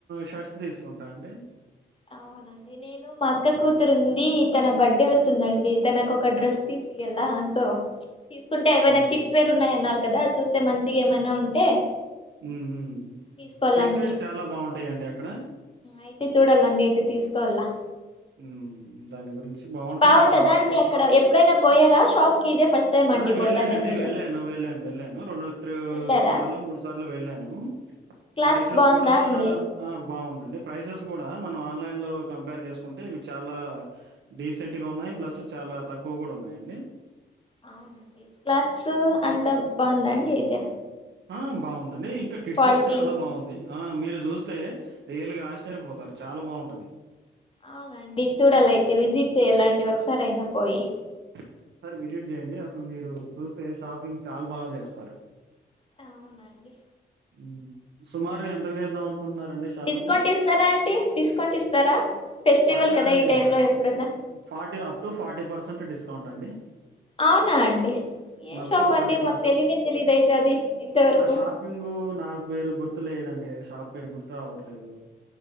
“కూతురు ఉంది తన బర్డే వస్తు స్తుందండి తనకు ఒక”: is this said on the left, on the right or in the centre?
Left